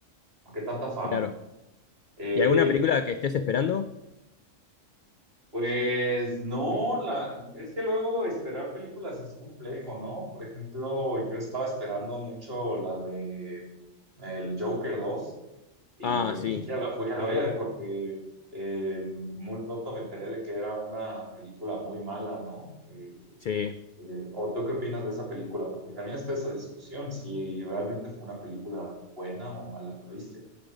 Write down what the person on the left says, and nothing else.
Claro.
¿Y alguna película que estés esperando?
Ah,
sí.
Sí.